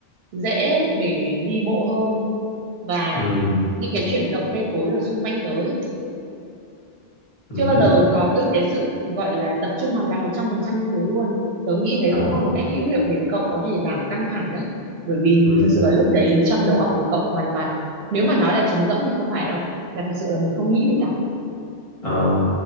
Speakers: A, on the right; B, on the left.
A: dễ để đi bộ hơn và
B: ừ
A: những cái chuyển động cây cối ở xung quanh tớ ấy,
B: ừ
A: chưa bao
B: hứ.
A: giờ có cái, cái sự gọi là tập trung hoàn toàn một trăm phần trăm như thế luôn tớ nghĩ đấy
B: ờ
A: cũng là một cách hữu hiệu để cậu có thể giảm căng thẳng đấy bởi vì
B: ừ
A: thực sự là lúc đấy trong đầu óc của cậu hoàn toàn nếu mà nói là trống rỗng thì không phải đâu mà thật sự là mình không nghĩ gì cả
B: ờ